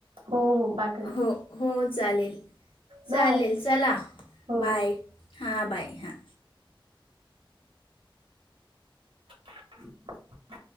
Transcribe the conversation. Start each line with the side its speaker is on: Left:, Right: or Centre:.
Right: हो हो. पाट
Left: हो हो. चालेल-चालेल
Right: बाय.
Left: चला
Right: हो
Left: बाय. हां बाय हां.
Right: <inaudible>